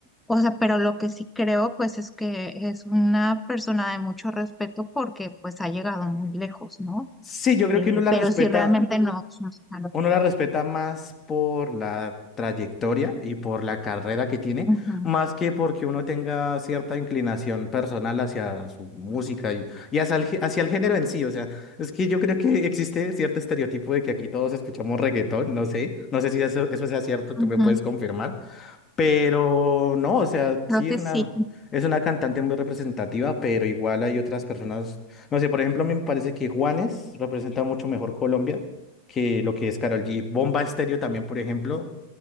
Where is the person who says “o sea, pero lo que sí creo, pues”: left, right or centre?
Centre